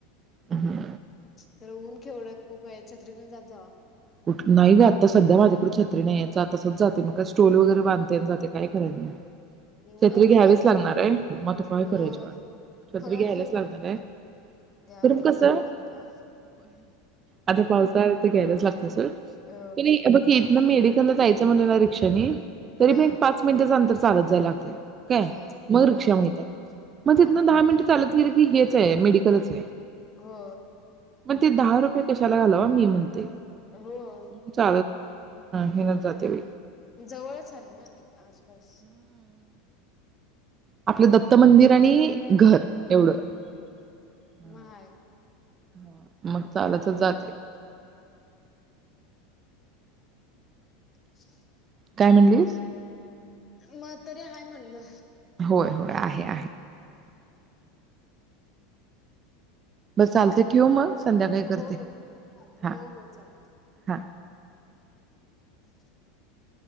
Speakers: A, on the right (about 30°); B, on the left (about 25°).
A: हम्म.
B: खर ऊन केवढय खूप आहे छत्री घेऊन जात जावा
A: कुठ नाही जात? आता सध्या माझ्याकडे छत्री नाये चा तसच जाते मग स्टॉल वगैरे बांधताना जाते काय करायच म
B: एवढ्या
A: छत्री
B: उन्हात
A: घ्यावीच लागणार आहे म तू काय
B: होय
A: करायची बाय छत्री
B: बघा
A: घ्यायलाच
B: की
A: लागणार आहे
B: घ्या
A: कारण
B: घ्या
A: कस
B: लवकर घ्या
A: आता पावसाला तर घ्यायलाच लाग <unintelligible> बघा
B: अ
A: की इथन मेडिकल ला जायच म्हंटल ना रिक्षा नी तरी
B: हा
A: बी एक पण पाच मिनिटांचं अंतर चालत जायला लागत्या काय
B: हा
A: मग रिक्षा
B: हा
A: मिळते मग
B: हा
A: तिथन दहा मिनट चालत गेल की की हेच ये मेडिकलच ये
B: हो
A: मग ते दहा रुपये कशाला घालावा मी म्हणते
B: हो
A: <unintelligible> ह हेनच जाते बाई
B: जवळच आहे ना आसपास?
A: आपल दत्त मंदिर आणि घर एवढ हा
B: मग हाय
A: ह मग चालतच जात
B: <inaudible>
A: काय म्हणलीस
B: मग तरी हाय म्हणल
A: होय होय आहे आहे. बस चालते की ओ मग संध्याकाळी करते.
B: हो हो
A: हां
B: हो हो चालत
A: हां.
B: <inaudible>